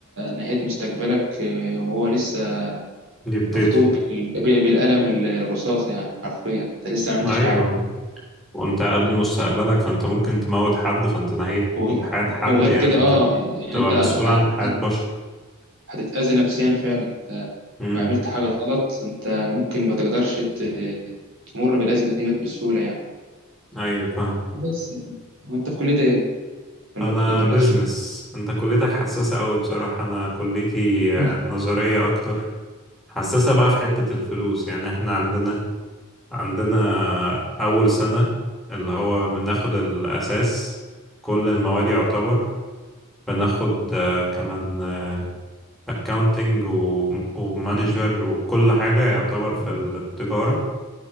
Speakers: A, on the right; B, in the centre.
A: نهيت مستقبلك آه، وهو لسه
B: يبتدي
A: مكتوب بال- بال- بالقلم الرصاص يعني حرفيا أنت لسه ما عملتش
B: ايوه
A: حاجة
B: وانت قبل مستقبلك فانت ممكن تموت حد فانت نهيت
A: وغ-
B: حياة حد
A: وغير
B: يعني
A: كده
B: انت
A: آه يعني
B: تبقى
A: أنت
B: مسؤول
A: هت-
B: عن حياة
A: هت-
B: بشر
A: هتتأذي نفسيا فعلا
B: امم
A: وعملت حاجة غلط أنت ممكن ما تقدرش ت- تمر بالأزمة ديت بسهولة يعني
B: ايوه فاهم
A: بس وأنت في كلية إيه ولا
B: انا
A: بت- ولا
B: بزنس
A: تشتغل
B: انت كليتك حساسة قوي بصراحة انا كليتي آه،
A: <laughs>
B: نظرية اكتر حساسة بقى في حتة الفلوس يعني احنا عندنا عندنا اول سنة اللي هو بناخد الاساس كل المواد يعتبر بناخد آه، كمان اكاونتنج ومانجر وكل حاجة يعتبر في التجارة